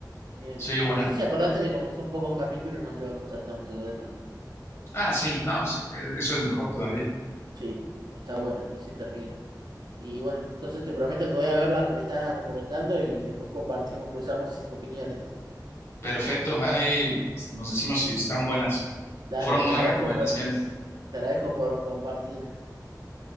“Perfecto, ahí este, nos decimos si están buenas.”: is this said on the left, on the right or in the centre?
Left